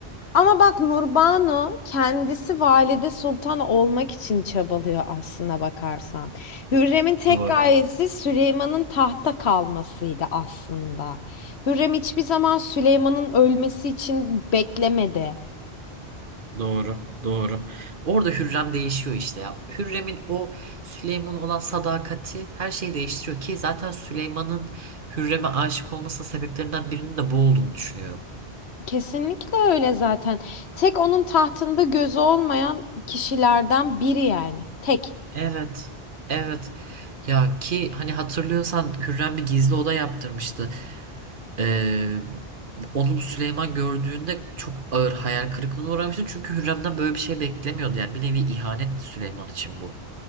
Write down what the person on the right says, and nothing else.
Doğru.
Doğru, doğru. Orada Hürrem değişiyor işte ya. Hürrem'in o Süleyman'a olan sadakati her şeyi değiştiriyor ki zaten Süleyman'ın Hürrem'e aşık olması sebeplerinden birinin de bu olduğunu düşünüyorum.
Evet. Evet. Ya ki hani hatırlıyorsan Hürrem bir gizli oda yaptırmıştı. Ee, onu Süleyman gördüğünde çok ağır hayal kırıklığına uğramıştı. Çünkü Hürrem'den böyle bir şey beklemiyordu. Yani bir nevi ihanetti Süleyman için bu.